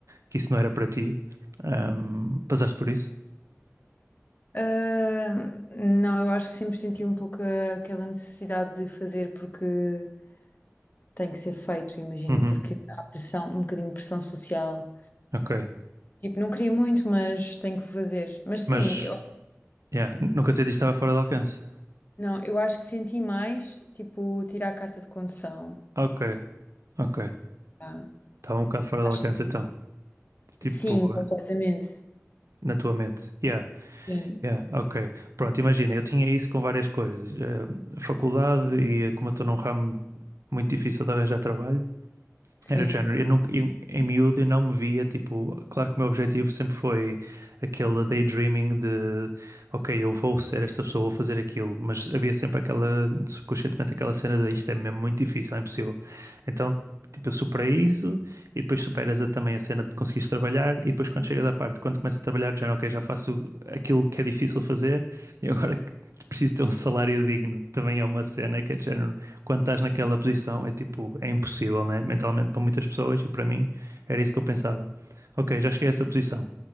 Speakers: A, on the right (about 75°); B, on the left (about 35°).
A: que isso não era para ti. Um, passaste por isso?
B: Ah, não, eu acho que sempre senti um pouco ah, aquela necessidade de fazer porque tem que ser feito, imagina,
A: Uhum,
B: porque há pressão, um bocadinho de pressão social.
A: ok.
B: Tipo, não queria muito, mas tenho que fazer. Mas sim,
A: Mas Yeah, n- nunca sei disto estava fora de alcance.
B: Não, eu acho que senti mais, tipo, tirar a carta de condução.
A: Ok, ok. ok.
B: Ah,
A: Estava um bocado fora de
B: acho-
A: alcance então. Tipo,
B: Sim, completamente.
A: na tua mente. Yeah,
B: Sim,
A: yeah, ok. Pronto, imagina, eu tinha isso com várias coisas. Eh, faculdade e eh, como eu estou num ramo muito difícil de arranjar trabalho,
B: sim.
A: Era de género. Eu nunca, eu- em miúdo eu não me via, tipo, claro que o meu objetivo sempre foi aquele daydreaming de, ok, eu vou ser esta pessoa, vou fazer aquilo, mas havia sempre aquela, subconscientemente aquela cena de isto é mesmo muito difícil, é impossível. Então, tipo, eu superei isso e depois superas a- também a cena de conseguires trabalhar e depois quando chegas à parte, quando começas a trabalhar, do género, ok, já faço aquilo que é difícil fazer e agora <laughs> preciso ter um salário digno, que também é uma cena que é de género quando estás naquela posição, é tipo, é impossível, né? Mentalmente para muitas pessoas e para mim era isso que eu pensava. Ok, já cheguei a essa posição.